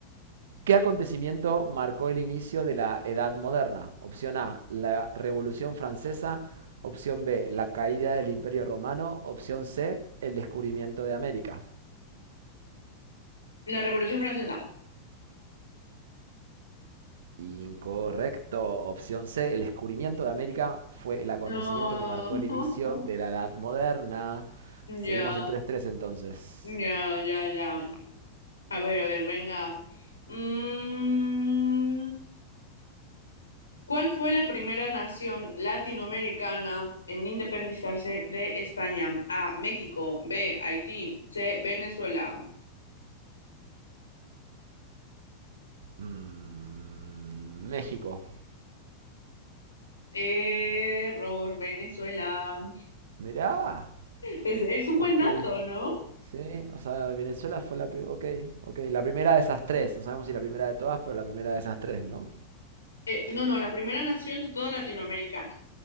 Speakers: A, on the right; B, on the left.
A: ¿Qué acontecimiento marcó el inicio de la Edad Moderna? Opción A, la Revolución Francesa. Opción B, la caída del Imperio Romano. Opción C, el descubrimiento de América.
B: La Revolución Francesa.
A: Incorrecto. Opción C, el descubrimiento de América fue el acontecimiento
B: No.
A: que marcó el inicio de
B: <laughs>
A: la Edad Moderna. Seguimos
B: Ya,
A: en tres tres entonces.
B: ya, ya, ya. A ver, a ver, venga. Mm. ¿Cuál fue la primera nación latinoamericana en independizarse de España? A. México. B. Haití. C. Venezuela.
A: Mm, México.
B: Error, Venezuela.
A: Mirá.
B: Es, es un
A: Ok.
B: buen dato, ¿no?
A: Sí, o sea, Venezuela fue la primera. Ok, ok. La primera de esas tres. No sabemos si la primera de todas, pero la primera de esas tres, ¿no?
B: Eh, no, no, la primera nación de toda Latinoamérica.